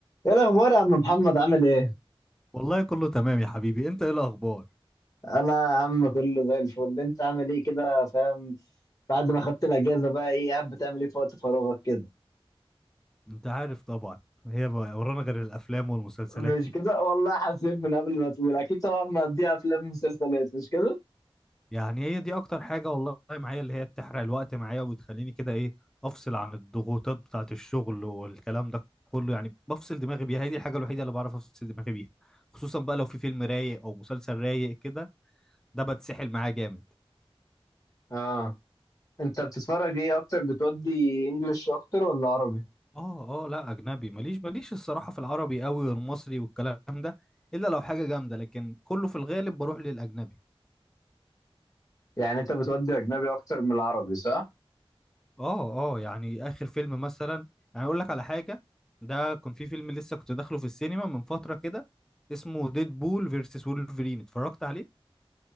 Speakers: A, on the left; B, in the centre.
A: ايه الاخبار يا عم محمد عامل ايه
B: والله كله تمام يا حبيبي انت ايه الاخبار
A: انا يا عم كله زي الفل انت عامل ايه كده فاهم بعد ما خدت الاجازه بقى ايه قاعد بتعمل ايه في وقت فراغك كده
B: انت عارف طبعا هي بقى ورانا غير الافلام والمسلسلات
A: مش كده والله حاسين من قبل ما تقول اكيد طبعا مقضيها افلام ومسلسلات مش كده
B: يعني هي دي اكتر حاجة والله معايا اللي هي بتحرق الوقت معايا وبتخليني كده ايه افصل عن الضغوطات بتاعة الشغل والكلام ده كله يعني بفصل دماغي بيها هي دي الحاجة الوحيدة اللي بعرف افصل دماغي بيها خصوصا بقى لو في فيلم رايق او مسلسل رايق كده ده بتسحل معاه جامد
A: اه انت بتتفرج ايه اكتر بتودي انجلش اكتر ولا عربي
B: اه اه لا اجنبي ماليش ماليش الصراحة في العربي قوي والمصري والكلام ده الا لو حاجة جامدة لكن كله في الغالب بروح للاجنبي
A: يعني انت بتودي اجنبي اكتر من العربي صح
B: اه اه يعني اخر فيلم مثلا يعني اقول لك على حاجه ده كان في فيلم لسه كنت داخله في السينما من فتره كده اسمه ديد بول فيرسس وولفرين اتفرجت عليه